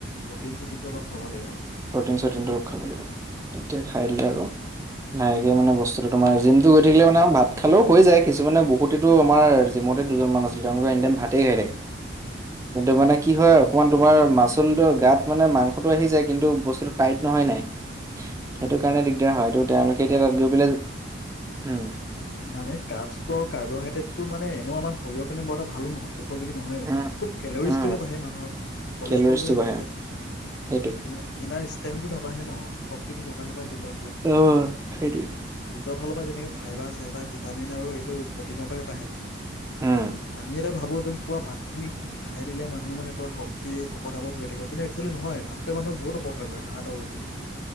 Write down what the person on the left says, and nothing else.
প্ৰটিন চটিনটো অলপ খাব লাগিব
সেইটোৱে
উম, উম।
সেইটোৱে
অ', মানে কাপ ছ আৰু কাৰ্বহাইড্ৰেটটো মানে এনেও আমাৰ শৰীৰৰ কাৰণে বৰ এটা ভালো নহ'ব। উপযোগী নহয়ওঁ
খুব কেলৰিজটোহে
বাঢ়ে মানুহৰ, কলেষ্ট্ৰলটোহে
বাঢ়ি যায়।
কিন্তু এনাৰ ষ্টেণ্ডটো নাবাহে ন' শক্তিটো নবাহে ন'। ভিতৰৰ
ফেটচৰ ফালৰ পৰা যেনেকে ফাইবাৰ চাইবাৰ ভিটামিন আৰু এইটো প্ৰটিনৰ পৰাই বাঢ়ে।
আমি এইটো ভাবো একদম পুৰা ভাত খিনি খুব খাই দিলে মানুহ পুৰা মানে শক্তি শকত আবদ হৈ থাকিব কিন্তু একচুৱেলি নহয় ভাত টোৱে মানুহ বহুত উপকাৰ কৰে ভাত আৰু ৰুটি।